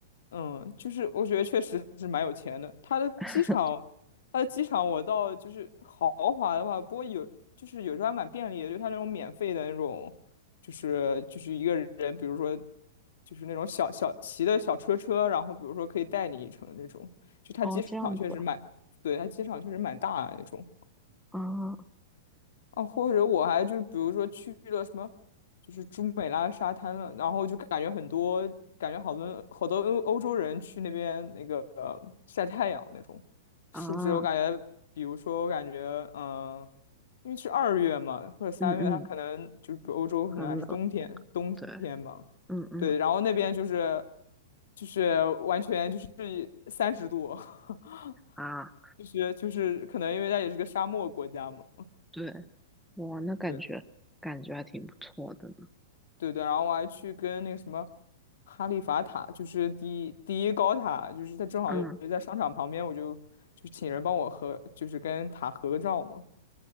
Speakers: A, on the left; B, in the centre.
A: 嗯，就是我觉得确实是蛮有钱的。它的机场，
B: <laughs>
A: 它的机场我到就是豪华的话，不过有就是有时候还蛮便利的，就它那种免费的那种，就是就是一个人，比如说就是那种小小骑的小车车，然后比如说可以带你一程那种，就它机场确实蛮，
B: 哦，这样子
A: 对，它机场确实蛮大的那种。
B: 啊
A: 啊，或者我还就比如说去了什么，就是朱美拉沙滩了，然后就感觉很多，感觉好多好多欧欧洲人去那边那个呃晒太阳那种，
B: 啊，
A: 是不是？我感觉，比如说我感觉，嗯、因为是二月嘛，或者三月，
B: 嗯嗯，
A: 它可能就是欧洲可能还是冬天，
B: 很冷，
A: 冬天嘛，
B: 对，嗯嗯
A: 对，然后那边就是就是完全就是三十度，<laughs>
B: 啊。
A: 就是就是可能因为它也是个沙漠国家嘛。
B: 对，哇，那感觉感觉还挺不错的呢。
A: 对。对对，然后我还去跟那个什么哈利法塔，就是第第一高塔，就是它正好也在商场旁边，
B: 嗯，
A: 我就就请人帮我合，就是跟塔合个照嘛，